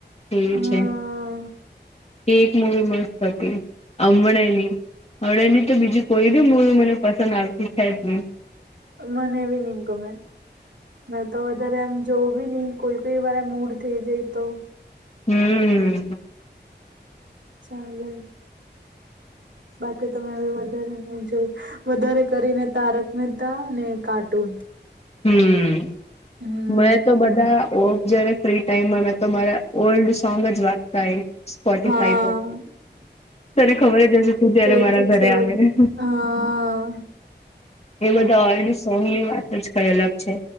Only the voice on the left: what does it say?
એવુ
છે. એક મૂવી મસ્ત હતી અમણેની અમણેની તો બીજી કોઈ બીજું મુવી મને પસંદ આવતી છે જ નય.
હમ. હમ.
હમ.
મેં તો બધા ઓફ જયારે ફ્રી ટાઈમમાં મેં તો મારા ઓલ્ડ સોંગ જ વાગતા હોય. સ્પોટફાઈ
પર તને ખબર જ હશે તું જયારે
મારા
ઘરે
આવે.
<inaudible>
એ બધા ઓલ્ડ સોંગની વાત જ કઈ અલગ છે.